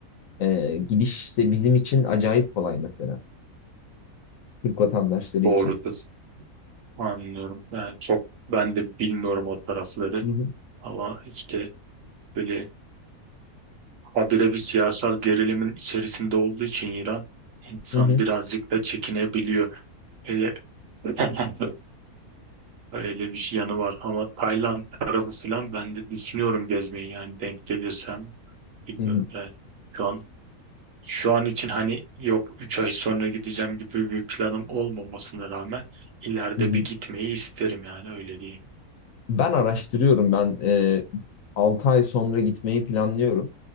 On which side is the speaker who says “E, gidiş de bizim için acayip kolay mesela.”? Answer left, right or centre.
Left